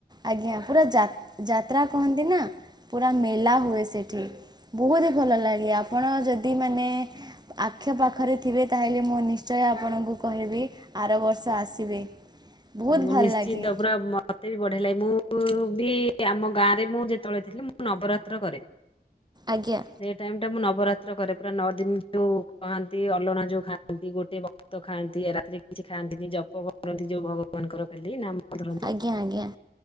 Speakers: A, on the right; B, on the left.
A: ଆଜ୍ଞା ପୁରା ଯାତ୍ରା କହନ୍ତି ନା ପୁରା ମେଲା ହୁଏ ସେଠି ବହୁଦିନ ଭଲ ଲାଗେ ଆପଣ ଯଦି ମାନେ ଆଖ ପାଖରେ ଥିବେ ତାହେଲେ ମୁଁ ନିଶ୍ଚୟ ଆପଣଙ୍କୁ କହିବି ଆର ବର୍ଷ ଆସିବେ। ବହୁତ
B: ମୁଁ
A: ଭଲ
B: ନିଶ୍ଚିନ୍ତ
A: ଲାଗେ।
B: ପୁରା ମତେ ବି ବଢେଇଲାଗେ ମୁଁ ବି ଆମ ଗାଁ ରେ ମୁଁ ଯେତେବେଳେ ଥିଲି ମୁଁ ନବରାତ୍ର କରେ। ସେଇ
A: ଆଜ୍ଞା
B: ଟାଇମ ଟା ମୁଁ ନବରାତ୍ର କରେ ପୁରା ନଅ ଦିନ ଯୋଉ କହନ୍ତି ଅଲଣା ଯୋଉ ଖାଆନ୍ତି ଗୋଟେ ବକ୍ତ ଖାଆନ୍ତି ରାତି କିଛି ଖାଆନ୍ତିନି ଜପ କରନ୍ତି ଯୋଉ ଭଗବାନଙ୍କର କ ନାମ ଧରନ୍ତି।
A: ଆଜ୍ଞା ଆଜ୍ଞା